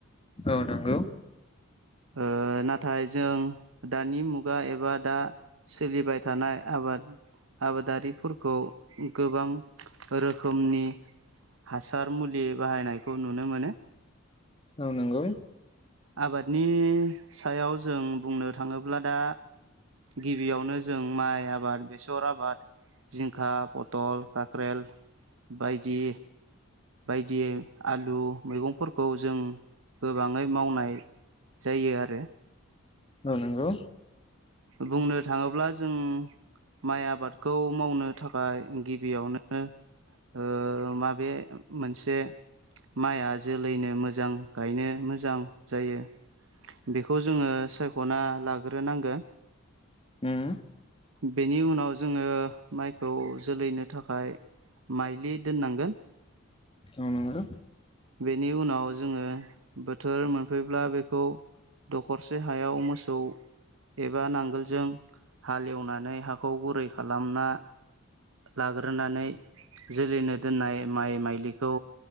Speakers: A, on the left (about 25°); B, on the right (about 65°).
A: औ नोंगौ।
B: ओ नाथाय जों दानि मुगा एबा दा सोलिबाय थानाय आबाद आबादारिफोरखौ गोबां रोखोमनि हासार मुलि बाहायनायखौ नुनो मोनो।
A: औ नोंगौ।
B: आबादनि सायाव जों बुंनो थाङोब्ला दा गिबियावनो जों माइ आबाद बेसर आबाद जिंखा पतल काक्रेल बायदि बायदि आलु मैगंफोरखौ जों गोबाङै मावनाय जायो आरो
A: औ नोंगौ
B: बुंनो थाङोब्ला जों माइ आबादखौ मावनो थाखाय गिबियावनो ओ माबे मोनसे माइआ जोलैनो मोजां गायनो मोजां जायो बेखौ जोङो सायख'ना लाग्रोनांगो
A: ओम
B: बेनि उनाव जोङो माइखौ जोलैनो थाखाय माइलि दोननांगो
A: औ नोंगौ
B: बेनि उनाव जोङो बोथोर मोनफैब्ला बेखौ दखरसे हायाव मोसौ ए बा नांगोलजों हालेवनानै हाखौ गुरै खालामना लाग्रोनानै जोलैनो दोननाय माइ माइलिखौ